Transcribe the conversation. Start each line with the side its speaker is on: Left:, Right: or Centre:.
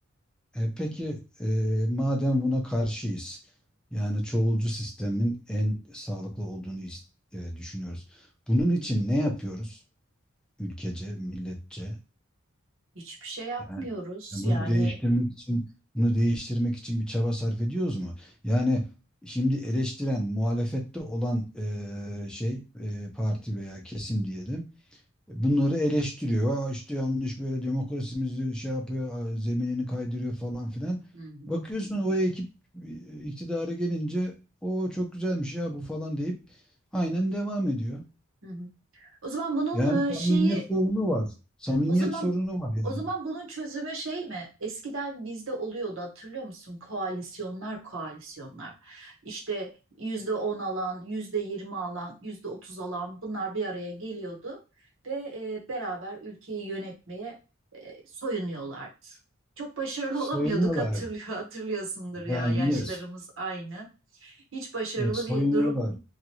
Centre: E, peki e, madem buna karşıyız, yani çoğulcu sistemin en sağlıklı olduğunu is- e, düşünüyoruz. Bunun için ne yapıyoruz ülkece, milletçe?
Right: Hiçbir şey yapmıyoruz
Centre: Yani e, bunu
Right: yani.
Centre: değiştirmek için bunu değiştirmek için bir çaba sarf ediyoruz mu? Yani şimdi eleştiren, muhalefette olan e, şey e, parti veya kesim diyelim bunları eleştiriyor. Aa işte yanlış böyle demokrasimizi şey yapıyor, e, zeminini kaydırıyor falan filan.
Right: Hı hı.
Centre: Bakıyorsun o ekip e, iktidara gelince o çok güzelmiş ya bu falan deyip aynen devam ediyor.
Right: Hı hı. O zaman bunun
Centre: Yani
Right: e,
Centre: samimiyet
Right: şeyi
Centre: sorunu var. Samimiyet
Right: o zaman
Centre: sorunu var yani.
Right: o zaman bunun çözümü şey mi? Eskiden bizde oluyordu hatırlıyor musun? Koalisyonlar, koalisyonlar. İşte yüzde on alan, yüzde yirmi alan, yüzde otuz alan bunlar bir araya geliyordu ve e, beraber ülkeyi yönetmeye e, soyunuyorlardı. Çok başarılı
Centre: Soyunuyorlar.
Right: <laughs> olamıyorduk hatırlıyor, hatırlıyorsundur ya
Centre: Yani
Right: yaşlarımız
Centre: niye?
Right: aynı. Hiç başarılı
Centre: Bak soyunuyorlar.
Right: bir durum.